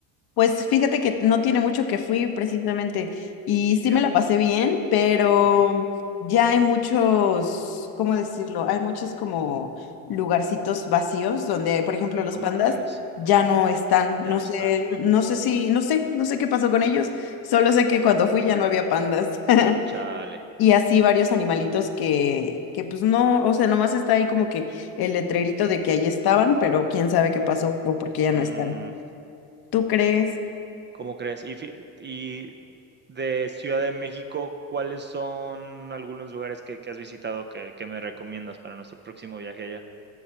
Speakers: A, on the left; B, on the right.
A: Pues fíjate que no tiene mucho que fui precisamente y sí
B: Ya,
A: me la pasé bien, pero
B: ujú.
A: ya hay muchos, ¿cómo decirlo? Hay muchos como lugarcitos vacíos donde, por ejemplo, los
B: ¿Cómo
A: pandas
B: crees?
A: ya no están.
B: Ya
A: No
B: no
A: sé,
B: están.
A: no sé si, no sé, no sé qué pasó con ellos. Solo sé que cuando fui ya no había pandas. <laughs>
B: Chale.
A: Y así varios animalitos que, que pues no, o sea, nomás está ahí como que el letrerito de que ahí estaban, pero quién sabe qué pasó o por qué ya
B: Mm,
A: no están. ¿Tú crees?
B: ¿cómo crees? Y fie y de Ciudad de México, ¿cuáles son algunos lugares que que has visitado que que me recomiendas para nuestro próximo viaje allá?